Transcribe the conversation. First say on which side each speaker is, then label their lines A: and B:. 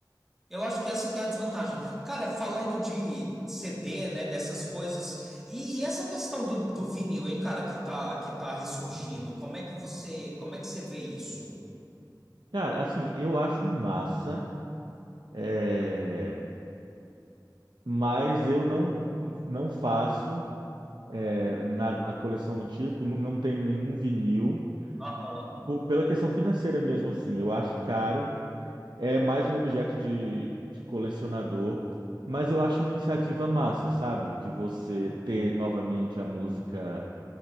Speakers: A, in the centre; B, on the right.
A: Eu acho que essa que é a desvantagem. Cara, falando de CD, né, dessas coisas, e, e essa questão do, do vinil, hein, cara, que tá, que tá ressurgindo, como é que você, como é que você vê isso?
B: Cara, assim, eu acho massa, é, mas eu não não faço é, na, a coleção do tipo, não, não tenho nenhum vinil,
A: Aham.
B: por- pela questão financeira mesmo assim, eu acho caro é mais um objeto de, de colecionador, mas eu acho uma iniciativa massa, sabe? De você ter novamente a música,